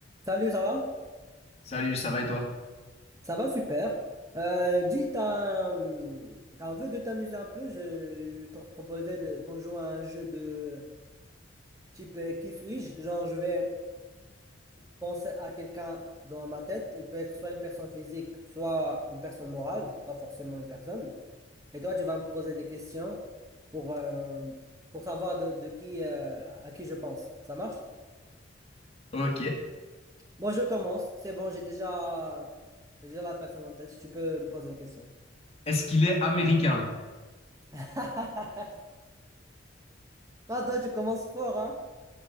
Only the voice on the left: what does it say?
Salut, ça va et toi?
Ok.
Est-ce qu'il est américain?